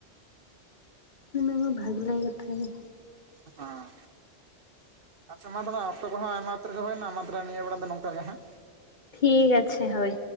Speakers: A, on the left; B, on the right.
A: ᱦᱩᱢ <unintelligible> ᱠᱟᱛᱷᱟ ᱜᱮ
B: ᱦᱩᱢᱸ ᱟᱪᱪᱷᱟ ᱢᱟ ᱛᱟᱦᱞᱮ ᱚᱠᱛᱚ ᱠᱚᱦᱚᱸ ᱟᱭᱢᱟ ᱩᱛᱟᱹᱨᱜᱮ ᱦᱩᱭᱱᱟ ᱢᱟ ᱛᱟᱦᱞᱮ ᱱᱤᱭᱟᱹ ᱵᱮᱲᱟ ᱫᱚ ᱱᱚᱝᱠᱟ ᱜᱮ ᱦᱮᱸ?
A: ᱴᱷᱤᱠ ᱟᱪᱷᱮ ᱦᱳᱭ᱾